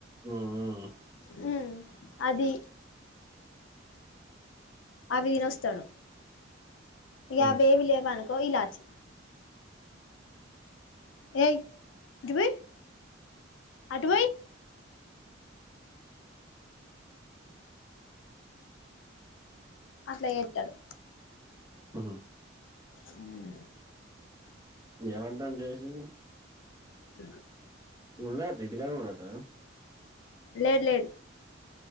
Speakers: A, on the right; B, on the left.
A: మ్మ్ మ్మ్
B: మ్మ్ అది అవి నొస్తడు ఇగవేవి
A: ఉమ్
B: లేవను కోయిలాచి ఏయ్ ఇటు తీ అటు అట్లా చేత్తడు
A: హ్మ్
B: హ్మ్
A: ఏమంటాండు చేసి
B: అ
A: ఉన్నాయంట ఇంటికాడ నున్నంట
B: లేడ్ లేడు